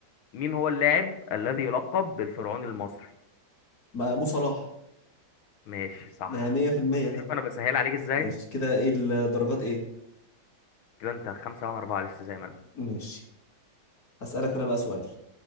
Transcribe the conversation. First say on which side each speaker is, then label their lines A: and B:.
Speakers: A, on the left; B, on the left.
A: مين هو اللاعب الذي يلقب بالفرعون المصري
B: ما مو صلاح
A: ماشي صح
B: ده 100%
A: شوف
B: ده
A: شوف انا بسهل عليك ازاي
B: ماشي كده ايه الدرجات ايه
A: كده انت خمسة وانا اربعة لسه زي ما أنا.
B: ماشي هسألك انا بقى سؤال